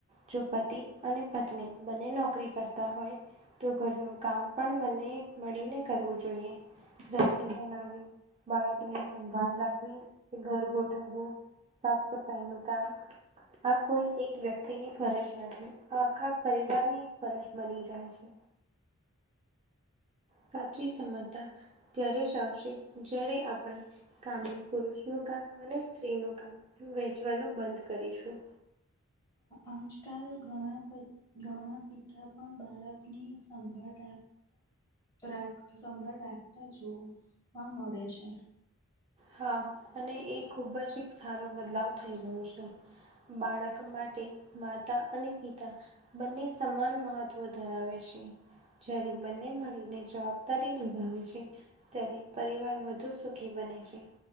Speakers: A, on the right; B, on the left.
A: જો પતિ અને પત્ની. બંને નોકરી કરતા હોય, તો ઘરનું કામ પણ બંને એ મળી ને કરવું જોઈએ. રસોઈ બનાવી, બાળકોને સંભાન રાખવી, કે ઘર ગોઠવવું. સાફ સફાઈ નું કામ આ કોઈ એક વ્યક્તિની ફરજ નથી, આ આખા પરિવાર ની ફરજ બની જાય છે. સાચી ક્ષમતા, ત્યારે જ આવશે જ્યારે આપણે, કામને પુરુષનું કામ અને સ્ત્રીનું કામ. વહેંચવાનું બંધ કરીશું.
B: આજકાલ ઘણા બધા ઘણા પિતા પણ બાળકની સંભાળ રાખતા સંભાળ રાખતા જોવા મળે છે.
A: હા અને એ ખુબ જ એક સારો બદલાવ થઈ રહ્યો છે. બાળક માટે માતા અને પિતા. બંને સમાન મહત્વ ધરાવે છે. જ્યારે બંને મળીને જવાબદારી નિભાવે છે. ત્યારે પરિવાર વધુ સુખી બને છે.